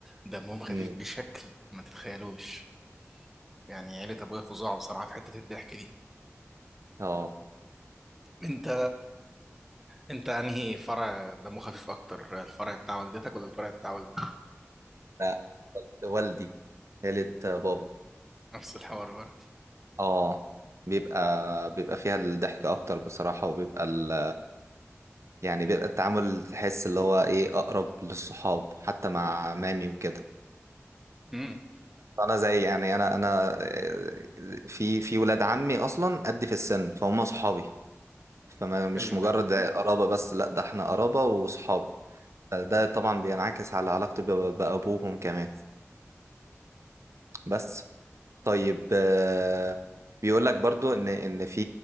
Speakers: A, in the centre; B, on the right.
A: دمهم خفيف
B: مم.
A: بشكل ما تتخيلوش يعني عيلة أبويا فظاع بصراحة في حتة الضحك دي
B: اه
A: أنت أنت أنهي فرع دمه خفيف أكتر الفرع بتاع والدتك ولا الفرع بتاع والدك
B: لا والد- والدي عيلة بابا
A: نفس الحوار برضه
B: اه بيبقى بيبقى فيها الضحك اكتر بصراحة وبيبقى ال يعني بيبقى التعامل تحس اللي هو ايه اقرب للصحاب حتى مع مامي وكده
A: امم
B: انا زي يعني انا انا آه، في في ولاد عمي اصلا قد في السن فهم صحابي فما مش
A: أيوه
B: مجرد
A: أيوه
B: قرابة بس لا ده احنا قرابة وصحاب ده طبعا بينعكس على علاقتي ب- بأبوهم كمان بس طيب آه، بيقول لك برضو ان ان في